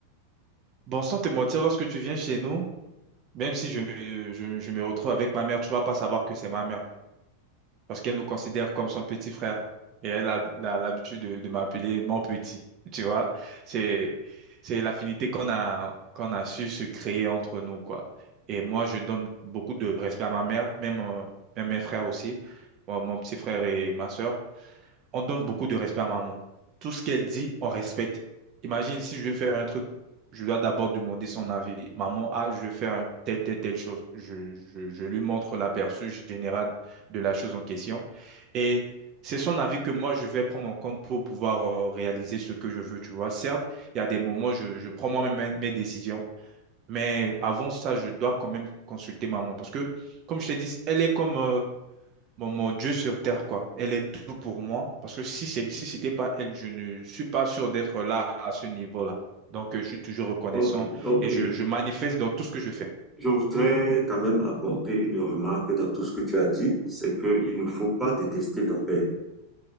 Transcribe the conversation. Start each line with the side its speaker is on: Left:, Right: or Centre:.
Right: Bon, sans te mentir, lorsque tu viens chez nous, même si je me, je, me je me retrouve avec ma mère, tu vas pas savoir que c'est ma mère. parce qu'elle nous considère comme son petit frère. Et elle a la- l'habitude de, de m'appeler mon petit. <laughs> Tu vois, c'est, c'est l'affinité qu'on a, qu'on a su se créer entre nous, quoi. Et moi, je donne beaucoup de respect à ma mère, même, euh, même mes frères aussi, Moi, mon petit frère et ma sœur on donne beaucoup de respect à maman. Tout ce qu'elle dit, on respecte. Imagine si je veux faire un truc, je dois d'abord demander son avis. Maman, ah, je veux faire un telle, telle, telle chose. Je, je, je lui montre l'aperçu général de la chose en question. Et c'est son avis que moi, je vais prendre en compte pour pouvoir euh, réaliser ce que je veux, tu vois. Certes, il y a des moments, je, je prends moi-même mes mes décisions. Mais avant ça, je dois quand même consulter maman parce que, comme je t'ai dit, elle est comme, euh, mon, mon Dieu sur terre, quoi. Elle est tout pour moi. Parce que si c'est, si c'était pas elle, je ne suis pas sûr d'être là à ce niveau-là. Donc, euh, je suis toujours reconnaissant
Centre: Ok, ok.
Right: et je, je manifeste dans tout ce que je fais.
Centre: Je voudrais quand même apporter une remarque dans tout ce que tu as dit, c'est qu'il ne faut pas détester ton père.